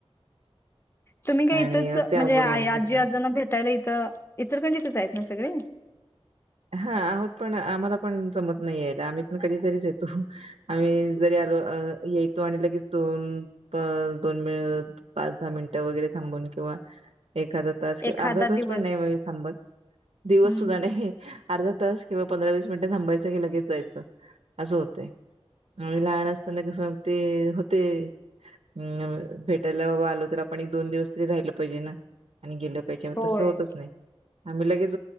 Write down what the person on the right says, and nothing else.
आणि
ते
अवघड होऊन
जात
हा आहोत पण आम्हाला पण जमत नाही आहे आम्ही पण कधीतरीच येतो. आम्ही जरी आलो येतो आणि लगेच दोन दोन मि पाच दहा मिनिटं वगैरे थांबून किंवा एखादा तास किंवा
अर्धा तास
पण नाही, म्ह थांबत दिवस
सुद्धा नाही. अर्धा तास किंवा पंधरा वीस मिनिटं थांबायचं की लगेच जायचं असं होतय. लहान असताना कस मग ते होते अ भेटायला बाबा आलो तर आपण एक दोन दिवस तरी राहिलं पाहिजे ना. आणि गेलं पाहिजे
तसं होतच नाही आम्ही लगेच